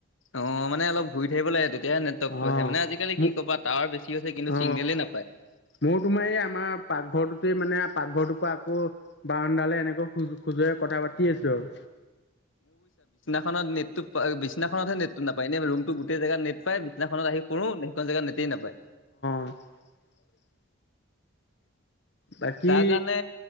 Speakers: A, on the left (about 75°); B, on the left (about 55°).
A: অ, মানে অলপ ঘূৰি থাকিব লাগে তেত এতিয়া নেটৱৰ্কটো
B: অ
A: আহে মানে। আজিকালি
B: মোক
A: কি ক'বা টাৱাৰ বেছি হৈছে কিন্তু
B: অ
A: চিগনেলেই নাপায়। <unintelligible>
B: মোৰ তোমাৰ এই আমাৰ পাকঘৰটোতে মানে পাকঘৰটোৰ পৰা আকৌ বাৰণ্ডালে এনেকৈ খোজ খোজৰে কথা পাতি আছো আৰু।
A: অসমত নেটটো বিছনাখনতহে নেটটো নাপায়। এনে ৰূমটোৰ গোটেই জেগাত নেট পায়। বিছনাখনত আহি পৰো, সেইখন জেগাত নেটেই নাপায়। <inaudible>
B: <inaudible> বাকী
A: তাৰ কাৰণে